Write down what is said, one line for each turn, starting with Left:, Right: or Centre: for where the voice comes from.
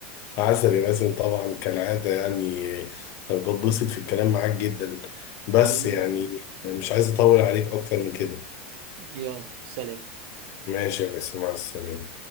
Left: عسل يا باسم طبعا كالعاده يعني آه، بتبسط في الكلام معاك جدا بس
Right: حبيبي
Left: يعني
Right: يا لؤي.
Left: مش عايز اطول عليك اكتر من كده
Right: يلا سلام
Left: ماشي يا باسم مع السلامه